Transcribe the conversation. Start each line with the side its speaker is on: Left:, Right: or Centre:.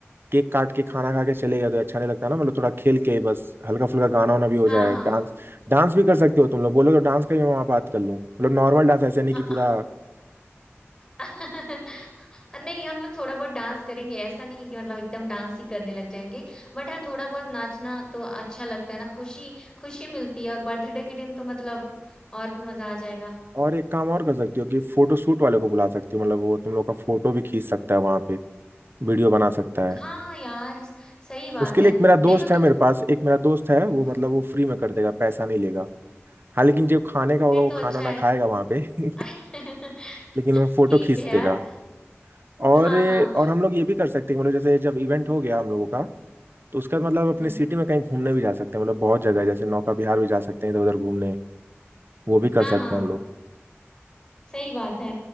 Right: केक काट के खाना खा के चले गए तो अच्छा नहीं लगता ना मतलब थोड़ा खेल के बस हल्का फुल्का गाना वाना भी हो
Left: हाँ
Right: जाए
Left: हाँ
Right: डांस डांस भी कर सकते हो तुम लोग बोलो तो डांस का भी मैं वहाँ बात कर लूँ मतलब नॉर्मल डांस ऐसे नहीं
Left: हाँ
Right: कि पूरा
Left: हाँ हाँ। <laughs> नहीं हम लोग थोड़ा बहुत डांस करेंगे ऐसा नहीं है कि मतलब एकदम डांस ही करने लग जाएंगे बट हाँ थोड़ा बहुत नाचना तो अच्छा लगता है ना खुशी खुशी मिलती है और बर्थडे के दिन तो मतलब और भी मजा आ जाएगा
Right: और एक काम और कर सकती हो कि फोटो शूट वाले को बुला सकती हो मतलब वो तुम लोग का फोटो भी खींच सकता है वहां पे वीडियो बना सकता है
Left: हाँ यार सही बात
Right: उसके
Left: है
Right: लिए एक मेरा दोस्त
Left: देखो
Right: है
Left: तुम
Right: मेरे पास एक मेरा दोस्त है वो
Left: हाँ
Right: मतलब वो फ्री में कर देगा पैसा नहीं लेगा हाँ लेकिन जो खाने का होगा
Left: फिर
Right: वो
Left: तो अच्छा
Right: खाना ना
Left: है
Right: खाएगा वहां पे <laughs>
Left: <laughs>
Right: लेकिन वो फोटो
Left: ठीक
Right: खींच
Left: है यार
Right: देगा और
Left: हाँ हाँ
Right: और हम लोग ये भी कर सकते हैं मतलब जैसे जब इवेंट हो गया हम लोगों का तो उसके बाद मतलब अपने
Left: हम्म,
Right: सिटी में कहीं घूमने भी जा सकते हैं मतलब बहुत जगह है जैसे नौका विहार भी जा सकते हैं इधर उधर घूमने वो भी कर
Left: हाँ
Right: सकते
Left: हाँ
Right: हैं हम लोग
Left: सही बात है